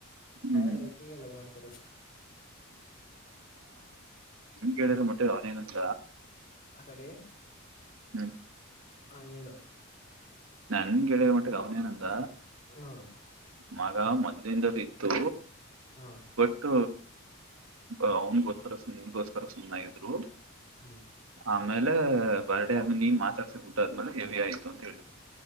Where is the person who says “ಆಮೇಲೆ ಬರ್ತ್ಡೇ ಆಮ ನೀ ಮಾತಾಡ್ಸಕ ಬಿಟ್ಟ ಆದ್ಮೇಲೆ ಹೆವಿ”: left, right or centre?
Right